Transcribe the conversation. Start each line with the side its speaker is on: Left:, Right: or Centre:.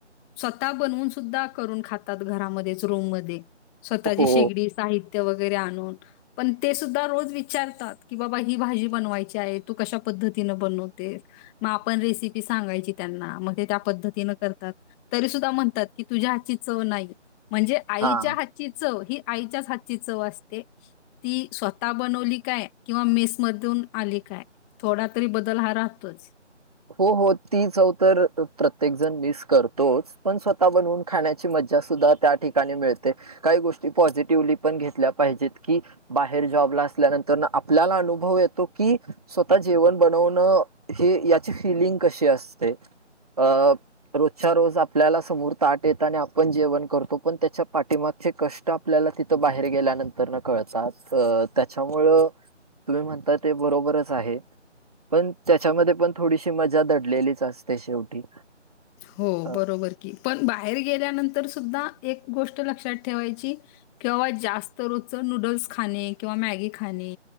Centre: स्वतः बनवून सुद्धा करून खातात घरामध्येच रूम मध्ये. स्वतःची
Right: हो.
Centre: शेगडी साहित्य वगैरे आणून. पण ते सुद्धा रोज विचारतात की बाबा ही भाजी बनवायची आहे तू कशा पद्धतीन बनवते? मग आपण रेसिपी सांगायची त्यांना मग ते त्या पद्धतीन करतात. तरी सुद्धा म्हणतात की तुझ्या हातची चव नाही. म्हणजे आईच्या
Right: हां.
Centre: हातची चव ही आईच्याच हातची चव असते. ती स्वतः बनवली काय किंवा मेसमधून आली काय. थोडा तरी बदल हा राहतोच.
Right: हो हो ती चव तर प्रत्येक जण मिस करतोच, पण स्वतः बनवून खाण्याची मज्जा सुद्धा त्या ठिकाणी मिळते. काही गोष्टी पॉझिटिव्हली पण घेतल्या पाहिजेत की बाहेर जॉबला असल्यानंतर न आपल्याला अनुभव येतो की स्वतः जेवण बनवण हे फिलिंग कशी असते. अ रोजच्या रोज आपल्याला समोर ताट येत आणि आपण जेवण करतो पण त्याच्या पाठीमागचे कष्ट आपल्याला तिथं बाहेर गेल्यानंतर न कळतात. त्याच्यामुळं तुम्ही म्हणताय ते बरोबरच आहे. पण त्याच्यामध्ये पण थोडीशी मजा दडलेलीच असते शेवटी.
Centre: हो
Right: अ,
Centre: बरोबर की, पण बाहेर गेल्यानंतर सुद्धा एक गोष्ट लक्षात ठेवायची की बाबा जास्त रोजच नूडल्स खाणे किंवा मॅगी खाणे.